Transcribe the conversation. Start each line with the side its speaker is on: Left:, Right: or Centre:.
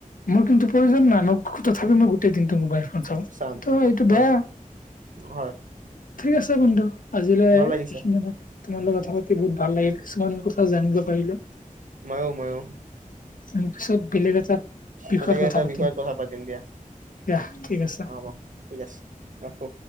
Left: মোৰ কিন্তু প্ৰয়োজন নাই মোক তথাপিও মই গোটেই দিনটো মোবাইল ফোন চাওঁ।
Right: চাম
Left: ত এইটো
Right: হয়
Left: বেয়া।
Right: হয়।
Left: ঠিক আছে বন্ধু। আজিলৈ
Right: ভাল লাগিছে
Left: এইখিনিয়েই তোমাল লগ কথা পাতি বহুত ভাল লাগিল কিছুমান কথা জানিব পাৰিলো।
Right: ময়ো ময়ো।
Left: উম পিছত বেলেগ এটা বিষয়ত
Right: বেলেগে
Left: কথা
Right: এটা
Left: পাতিম
Right: বিষয়ত কথা পাতিম দিয়া
Left: দিয়া ঠিক আছে।
Right: হব। ঠিক আছে ৰাখো।